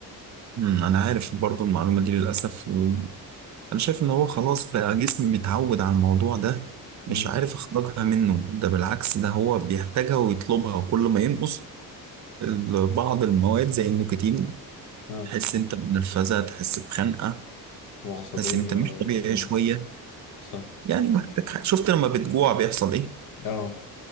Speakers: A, on the right; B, on the left.
A: امم، انا عارف برضو المعلومة دي للأسف انا شايف ان هو خلاص بقى جسمي متعود على الموضوع ده مش
B: مم.
A: عارف اخرجها منه ده بالعكس ده هو بيحتاجها ويطلبها وكل ما ينقص ال- بعض المواد زي النيكوتين
B: اه
A: تحس انت بنرفزه تحس بخنقه
B: تبقى عصبية
A: تحس انت مش
B: آه،
A: طبيعي شويه
B: صح
A: يعني محتاج حاجة. شفت لما بتجوع بيحصل ايه
B: اه